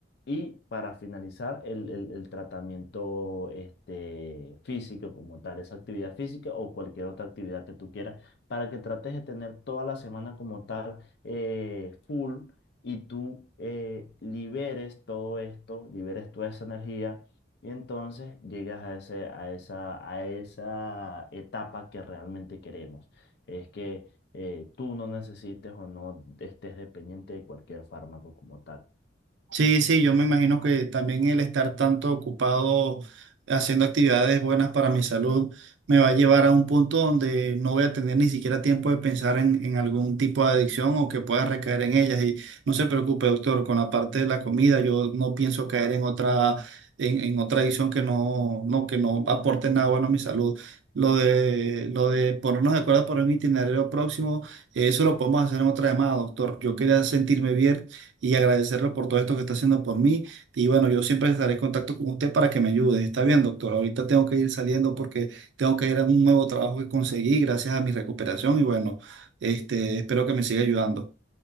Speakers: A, on the left; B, on the right.
A: y para finalizar el, el- el tratamiento este, físico como tal, esa actividad física o cualquier otra actividad que tú quieras, para que trates de tener toda la semana como tal eh, full y tú eh, liberes todo esto, liberes toda esa energía y entonces llegas a ese, a esa, a esa etapa que realmente queremos. Es que eh, tú no necesites o no estés dependiente de cualquier fármaco como tal.
B: Sí, sí, yo me imagino que también el estar tanto ocupado haciendo actividades buenas para mi salud me va a llevar a un punto donde no voy a tener ni siquiera tiempo de pensar en, en algún tipo de adicción o que pueda recaer en ellas. Y no se preocupe, doctor, con la parte de la comida, yo no pienso caer en otra, en, en otra adicción que no, no, que no aporte nada bueno a mi salud. Lo de, lo de ponernos de acuerdo por un itinerario próximo, eso lo podemos hacer en otra llamada, doctor. Yo quería sentirme bien y agradecerle por todo esto que está haciendo por mí. Y bueno, yo siempre estaré en contacto con usted para que me ayude. Está bien, doctor. Ahorita tengo que ir saliendo porque tengo que ir a un nuevo trabajo que conseguí gracias a mi recuperación y bueno, este, espero que me siga ayudando.